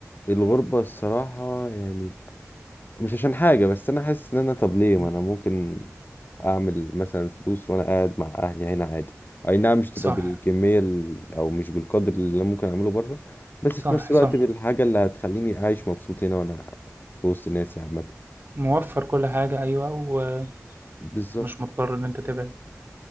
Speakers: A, on the left; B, on the right.
A: الغربه الصراحه يعني مش عشان حاجة بس أنا حاسس إن أنا طب ليه ما
B: مم.
A: أنا ممكن أعمل مثلا فلوس وأنا قاعد مع أهلي هنا عادي أي نعم مش تبقى
B: صح
A: بالكمية ال- أو مش بالقدر اللي أنا ممكن أعمله بره بس
B: صح
A: في نفس الوقت
B: صح
A: بالحاجة اللي هتخليني عايش مبسوط هنا وأنا في وسط ناسي عامة
B: موفر كل حاجة أيوة ومش
A: بالظبط
B: مضطر إن أنت تبعد